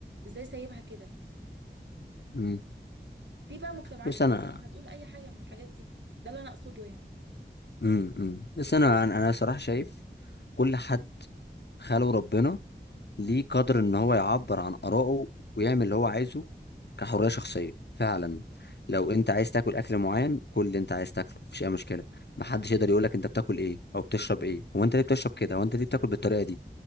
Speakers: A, on the right (about 80°); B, on the left (about 65°).
A: ازاي سايبها كده
B: أمم.
A: في بقى مجتمعات
B: بس
A: تانية
B: انا
A: هتقول اي حاجة من الحاجات دي ده اللي انا اقصده يعني
B: امم امم بس انا انا أنا صراحه شايف كل حد خاله ربنا ليه
A: امم
B: قدر ان هو يعبر عن آرائه ويعمل اللي هو عايزه كحرية شخصية فعلا لو انت عايز تاكل اكل معين كل اللي انت عايز تاكله مفيش اي مشكلة محدش يقدر يقولك انت بتاكل ايه او بتشرب ايه هو انت ليه بتشرب كده هو انت ليه بتاكل بالطريقة دي